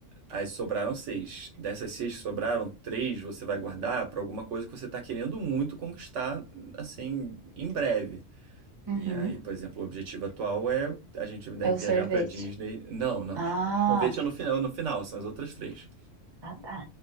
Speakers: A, on the right (about 80°); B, on the right (about 25°).
A: aí sobraram seis. Dessas seis que sobraram, três você vai guardar para alguma coisa que você está querendo muito conquistar, assim, em breve.
B: Uhum.
A: E aí, por exemplo, o objetivo atual é a gente deve
B: É o
A: viajar
B: sorvete.
A: para Disney. Não, não.
B: Ah,
A: O convite é no final, no final, são as outras três.
B: ah, tá.